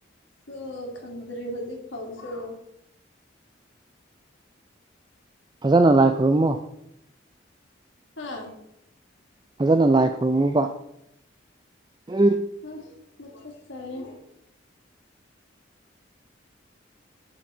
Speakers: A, on the left; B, on the right.
A: ꯍꯣ ꯈꯪꯗ꯭ꯔꯤ ꯍꯧꯖꯤꯛ ꯐꯥꯎꯁꯨ
B: ꯐꯖꯅ ꯂꯥꯏ ꯈꯨꯔꯨꯝꯃꯣ
A: ꯍꯥꯥ
B: ꯐꯖꯅ ꯂꯥꯏ ꯈꯨꯔꯨꯝꯃꯨꯀꯣ ꯍꯦ
A: ꯑꯁ ꯃꯊꯥ ꯁꯥꯏꯌꯦ